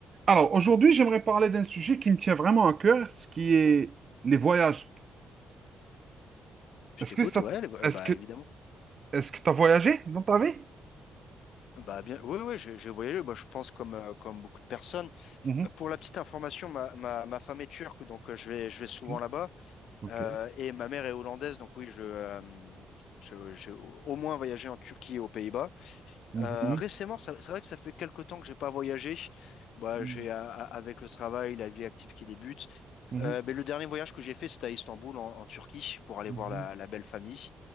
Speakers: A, on the right; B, on the left.
A: Alors, aujourd'hui, j'aimerais parler d'un sujet qui me tient vraiment à cœur, ce qui est les voyages.
B: Je
A: Est-ce
B: t'écoute,
A: que ça,
B: ouais, euh,
A: est-ce
B: bah
A: que,
B: évidemment.
A: est-ce que tu as voyagé dans ta vie?
B: Bah bien, oui, oui, j'ai j'ai voyagé. Bah, je pense comme euh, comme beaucoup de personnes.
A: Mhm,
B: Euh, Pour la petite information, ma, ma, ma femme est turque, donc euh, je vais je vais souvent
A: mhm,
B: là-bas.
A: Ok.
B: Euh, et ma mère est hollandaise, donc oui, je euh, je j'ai au au moins voyagé en Turquie et aux Pays-Bas.
A: Mhm,
B: Euh, récemment, ça- c'est vrai que ça fait quelque temps que j'ai pas voyagé. Bah
A: mhm,
B: j'ai a- a- avec le travail, la vie active qui débute.
A: mhm,
B: Euh, mais le dernier voyage que j'ai fait, c'était à Istanbul en, en Turquie pour aller
A: mhm,
B: voir la, la belle famille.